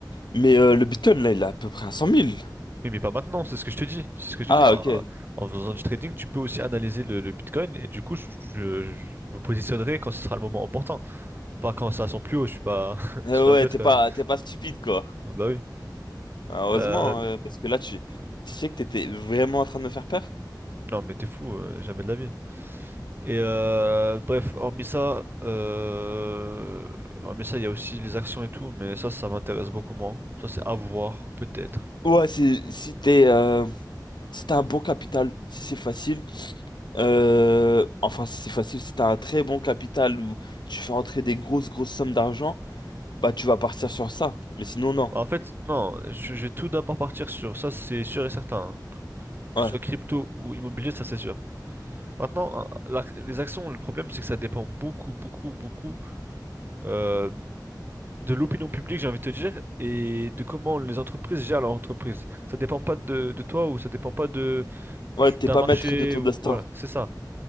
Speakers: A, on the left; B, on the right.
A: mais euh, le Bitcoin là il est à peu près à cent mille
B: Oui, mais pas maintenant, c'est ce que je te dis. C'est ce que je
A: ah
B: te dis. En,
A: ok
B: en faisant du trading, tu peux aussi analyser le, le Bitcoin et du coup, je, je- je me positionnerai quand ce sera le moment important. Pas quand ça sent plus haut, je suis pas, <laughs>
A: Euh,
B: je suis pas
A: ouais
B: bête
A: t'es
B: quand
A: pas
B: même.
A: t'es pas stupide quoi
B: Bah oui.
A: heureusement
B: Euh,
A: euh, parce que là tu tu sais que t'étais vraiment en train de me faire peur
B: non, mais t'es fou, euh, jamais de la vie. Et euh, bref, hormis ça, euh, hormis ça, il y a aussi les actions et tout, mais ça, ça m'intéresse beaucoup moins. Ça, c'est à voir, peut-être.
A: ouais si si t'es euh, si t'as un bon capital si c'est facile euh, enfin si c'est facile si t'as un très bon capital où tu fais entrer des grosses grosses sommes d'argent bah tu vas partir sur ça mais sinon non
B: Bah, En fait, non, je, je vais tout d'abord partir sur ça, c'est sûr et certain. Que
A: ouais
B: ce soit crypto ou immobilier, ça, c'est sûr. Maintenant, euh, la- les actions, le problème, c'est que ça dépend beaucoup, beaucoup, beaucoup euh, de l'opinion publique, j'ai envie de te dire, et de comment les entreprises gèrent leur entreprise. Ça dépend pas de, de toi ou ça dépend pas de du-
A: ouais t'es
B: d'un
A: pas
B: marché
A: maître de ton
B: ou
A: destin
B: voilà, c'est ça.